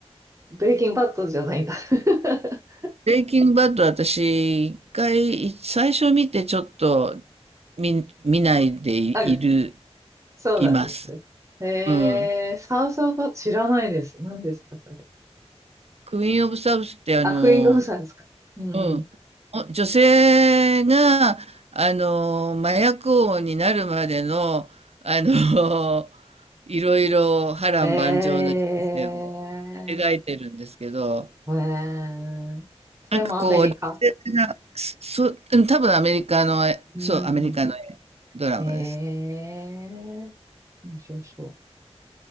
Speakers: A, on the right; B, on the right.
A: ブレイキングバッドじゃないんだ。<laughs>
B: ブレイキングバッド私、一回、最初見てちょっと見、見ないでいる、
A: あ、そうなんですね。
B: います。
A: えー、
B: うん。
A: サウスオブバッド知らないです。何ですか、それ。
B: クイーン・オブ・サウスってあの、
A: あ、クイーン・ゴブさんですか。うん
B: うん。お女性が、あの、麻薬王になるまでの、あの、<laughs> いろいろ波乱万丈な人生を
A: うん。え
B: 描いてるんですけど、
A: ー、えー、それもアメリカ。
B: なんかこう、女性が、そ、うん多分アメリカのそう、
A: うん。
B: アメリカのドラマです。
A: えー、面白そう。